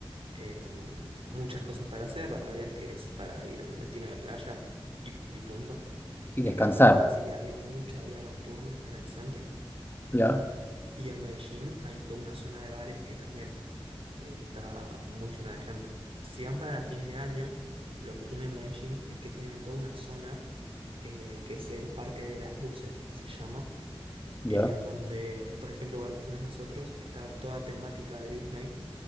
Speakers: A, on the right (about 70°); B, on the left (about 20°).
A: eh, muchas cosas para hacer, la realidad es que es para ir a un destino de playa y, y punto.
B: Y
A: En
B: descansar.
A: Cartagena sí había mucha vida nocturna en el centro
B: Ya,
A: y en Medellín hay toda una zona de bares que también y estaba muy llena de gente. Si van para la fin de año, lo que tiene Medellín es que tienen toda una zona eh, que es el Parque de las Luces, se llama,
B: ya.
A: en donde, por ejemplo, cuando fuimos nosotros, estaba toda temática de Disney.